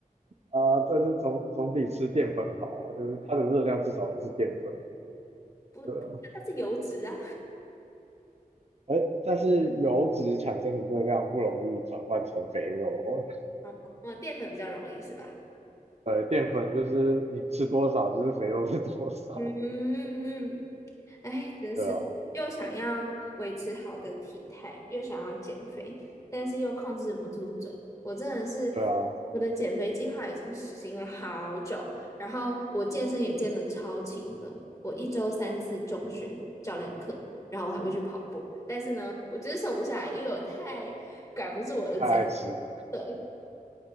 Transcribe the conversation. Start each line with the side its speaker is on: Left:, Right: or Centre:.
Right: 啊，但是总总比吃淀粉好啊，就是它的热量至少不是淀粉，
Left: 不，
Right: 对啊，
Left: 它是油脂啊，
Right: 而但是油脂产生的热量不容易转换成肥肉哦，
Left: <laughs> 嗯，淀粉比较容易是吧？
Right: 呃，淀粉就是你吃多少就是肥肉是多少，
Left: 嗯，哎，真是又想要维持好的体态，
Right: 对啊，
Left: 又想要减肥，但是又控制不住嘴。我真的是，
Right: 对啊，
Left: 我的减肥计划已经实行了好久，然后我健身也健得超勤的。我一周三次重训教练课，然后我还会去跑步。但是呢，我就是瘦不下来，因为我太管不住我的嘴。
Right: 太爱吃了，
Left: 对，